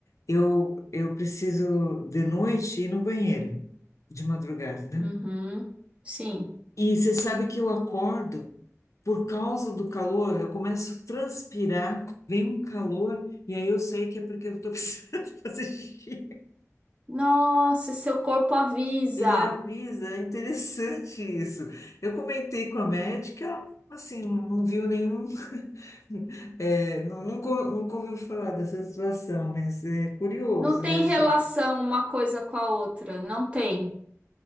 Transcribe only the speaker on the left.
Eu, eu preciso de noite ir no banheiro, de madrugada, né?
E você sabe que eu acordo por causa do calor, eu começo a transpirar, vem um calor, e aí eu sei que é porque eu estou <laughs> precisando fazer xixi.
Ele avisa, é interessante isso. Eu comentei com a médica, assim, não viu nenhum, <laughs> é, não, nunca, nunca ouviu falar dessa situação, mas é curioso,
né? Achei.